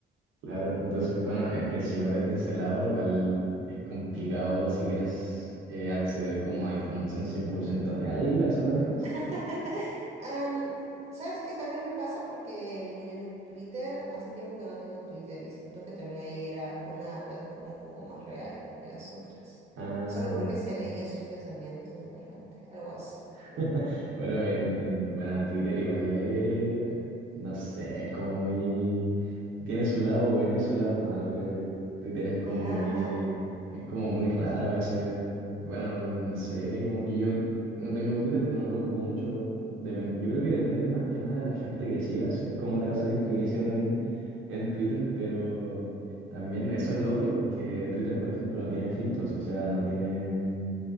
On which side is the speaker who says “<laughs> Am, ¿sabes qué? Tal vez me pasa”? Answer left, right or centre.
Right